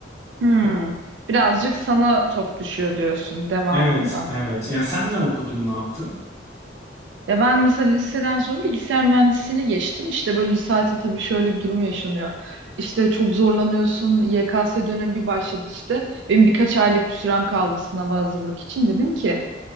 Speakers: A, on the right (about 75°); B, on the left (about 15°).
A: Hmm.
B: Ya,
A: Birazcık sana top düşüyor diyorsun devamında.
B: Evet, evet. Yani sen ne okudun, ne yaptın?
A: Ya ben mesela liseden sonra bilgisayar mühendisliğine geçtim. İşte böyle lisede tabii şöyle bir durum yaşanıyor. İşte çok zorlanıyorsun. YKS dönemi bir başladı işte. Benim birkaç aylık bir sürem kaldı sınava hazırlık için. Dedim ki